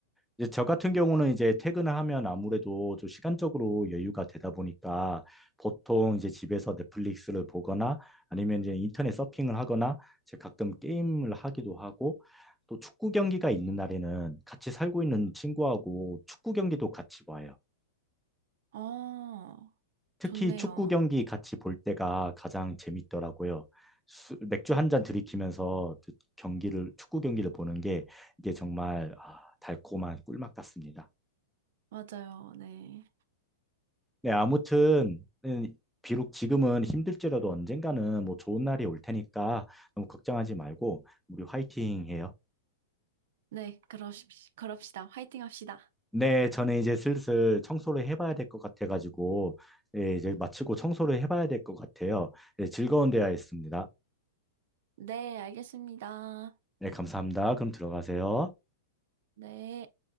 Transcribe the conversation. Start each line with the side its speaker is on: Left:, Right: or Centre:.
Centre: 이제 저 같은 경우는 이제 퇴근을 하면 아무래도 좀 시간적으로 여유가 되다 보니까 보통 이제 집에서 넷플릭스를 보거나 아니면 이제 인터넷 서핑을 하거나 제가 가끔 게임을 하기도 하고 또 축구 경기가 있는 날에는 같이 살고 있는 친구하고 축구 경기도 같이 봐요.
Right: 어,
Centre: 특히
Right: 좋네요.
Centre: 축구 경기 같이 볼 때가 가장 재밌더라고요. 수- 맥주 한 잔 들이키면서 그 경기를, 축구 경기를 보는 게 이게 정말 아, 달콤한 꿀맛 같습니다.
Right: 맞아요. 네.
Centre: 네, 아무튼, 음, 비록 지금은 힘들지라도 언젠가는 뭐 좋은 날이 올 테니까 너무 걱정하지 말고 우리 화이팅 해요.
Right: 네, 그러십시, 그럽시다. 화이팅 합시다.
Centre: 네, 저는 이제 슬슬 청소를 해봐야 될 것 같아가지고, 예, 이제 마치고 청소를 해봐야 될 것 같아요. 예, 즐거운 대화였습니다.
Right: 네, 알겠습니다.
Centre: 네, 감사합니다. 그럼 들어가세요.
Right: 네.